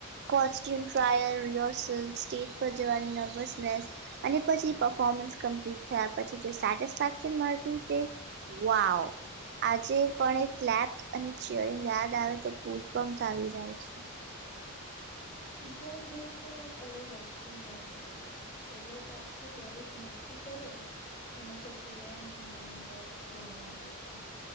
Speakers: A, on the right; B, on the left.
A: કો્યુમ ટ્રાયલ રિહર્સલ સ્ટેજ પર જવાની નર્વસનેસ અને પછી પફોર્મન્સ કમ્પ્લીટ થયા પછી જે સેટેક્શન મળતું તે વાવ આજે પણ ક્પ્સ અને ચરિંગ યાદ આવે તોુઝમ આવી જાય છે.
B: એક્ઝામ ડેઝ પણ એક અલગ એક્સપિરિયન્સ હતા પહેલા તો આખું વર્સ મસ્તી કરો અને પછી એન્ડ મુમેન્ટ પર ભણવા બેસો